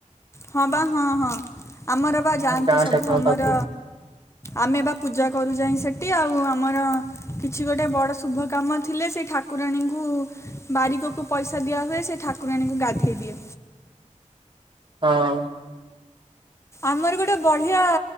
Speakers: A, on the left; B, on the right.
A: ହଁ ବା ହଁ ହଁ ଆମର ବା
B: ହଁ,
A: ଯାଆନ୍ତି।
B: ଗାଁ
A: ସବୁ
B: ଠାକୁରଙ୍କ
A: ଆମର
B: ପାଖକୁ
A: ଆମେ ବା ପୂଜା କରୁଯାଇଁ ସେଠି। ଆଉ ଆମର କିଛି ଗୋଟେ ବଡ଼ ଶୁଭ କାମ। ଥିଲେ ସେ ଠାକୁରାଣୀଙ୍କୁ ବାରିକକୁ ପଇସା ଦିଆ ହୁଏ। ସେ ଠାକୁରାଣୀଙ୍କୁ ଗାଧେଇ ଦିଏ।
B: ହଁଅଁ।
A: ଆମର ଗୋଟେ ବଢ଼ିଆ